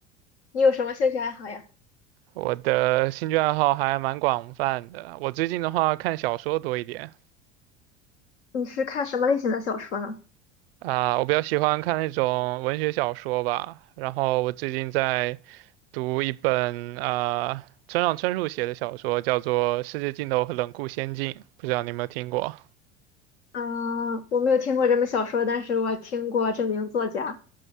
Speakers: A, on the left; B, on the right.
A: 你有什么兴趣爱好呀？
B: 我的兴趣爱好还蛮广泛的，我最近的话看小说多一点
A: 你是看什么类型的小说呢？
B: 啊，我比较喜欢看那种文学小说吧，然后我最近在读一本啊村上春树写的小说，叫做《世界尽头和冷酷仙境》，不知道你有没有听过？
A: 嗯，我没有听过这本小说，但是我听过这名作家。